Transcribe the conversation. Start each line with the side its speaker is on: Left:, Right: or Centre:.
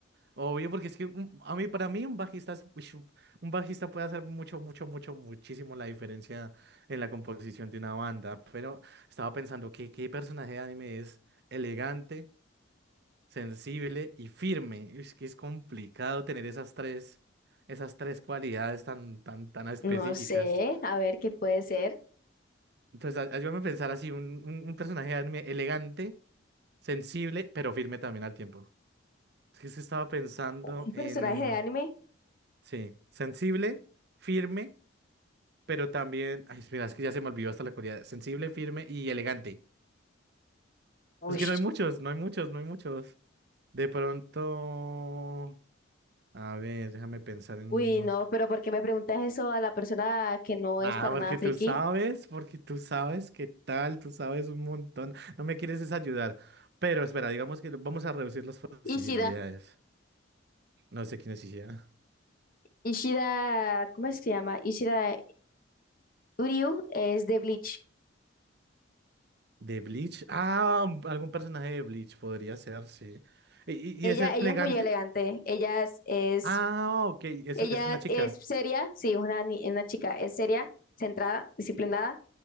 Right: obvio, porque es que un- a mí, para mí un bajista es- uish, un bajista puede hacer mucho, mucho, mucho, muchísimo la diferencia en la composición de una banda, pero estaba pensando que qué personaje de anime es elegante, sensible y firme. Es que es complicado tener esas tres, esas tres cualidades tan, tan, tan específicas.
Left: No sé, a ver qué puede ser.
Right: Entonces, a- ayúdame a pensar así, un, un, un personaje de anime elegante, sensible, pero firme también al tiempo. Es que se estaba pensando
Left: Un personaje
Right: en,
Left: de anime.
Right: sí, sensible, firme, pero también, ay, mira, es que ya se me olvidó hasta la cualidad. Sensible, firme y elegante.
Left: Uy,
Right: Es que no hay muchos, no hay muchos, no hay muchos. De pronto, a ver, déjame pensar en
Left: uy,
Right: unos.
Left: no, pero ¿por qué me preguntas eso a la persona que no
Right: Nada,
Left: es para
Right: porque
Left: nada friki?
Right: tú sabes, porque tú sabes qué tal, tú sabes un montón. No me quieres desayudar. Pero espera, digamos que vamos a reducir las posibilidades.
Left: Ishida,
Right: No sé quién es ella.
Left: Ishida, ¿cómo es que se llama? Ishida Uryu es de Bleach.
Right: ¿De Bleach? Ah, un- algún personaje de Bleach podría ser, sí. ¿Y, y-
Left: Ella,
Right: y es
Left: ella
Right: elegante?
Left: es muy elegante, ella es, es-
Right: Ah, ok, es,
Left: ella
Right: es una chica.
Left: es seria, sí, es una, ni- una chica, es seria, centrada, disciplinada,